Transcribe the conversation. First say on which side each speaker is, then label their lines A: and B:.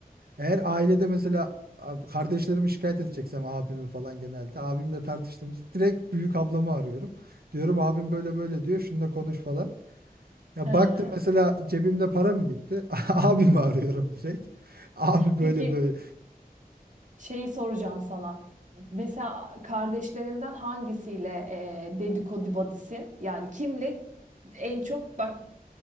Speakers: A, on the right (about 85°); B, on the right (about 55°).
A: Eğer ailede mesela a- kardeşlerimi şikayet edeceksem abimi falan genelde abimle tartıştığımız direkt büyük ablamı arıyorum. Diyorum abim böyle böyle diyor. Şununla konuş falan. Ya
B: <laughs> He.
A: baktım mesela
B: <laughs>
A: cebimde para mı bitti? <laughs> Abimi arıyorum direkt. Abi böyle
B: Peki
A: böyle.
B: şeyi soracağım sana. Mesela kardeşlerinden hangisiyle e, dedikodu badisin? Yani kimle en çok